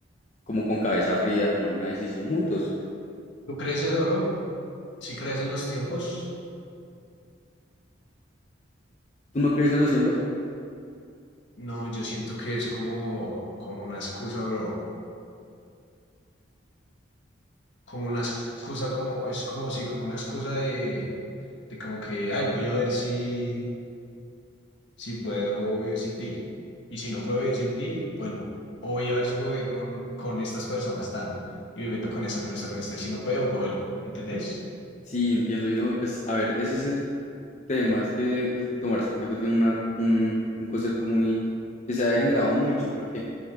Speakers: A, on the left (about 35°); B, on the left (about 65°).
A: como con cabeza fría, tomar una decisión juntos.
B: ¿Tú crees eso, bro? ¿Sí crees en los tiempos?
A: ¿Tú no crees en los tiempos?
B: No, yo siento que es como, como una excusa, bro. Como una excusa, como, es como, sí, como una excusa de, de como que, ay, voy a ver si. si puedo vivir sin ti. Y si no puedo vivir sin ti, vuelvo. O voy a ver si puedo vivir con, con estas personas tan. Y me meto con esta, con esta, con esta. Y si no puedo, vuelvo. ¿Me entendés?
A: Sí, entiendo. Y no, pues, a ver, ese es el temas que el tomarse un tiempo tiene una- un, un concepto muy que se ha degenerado mucho, porque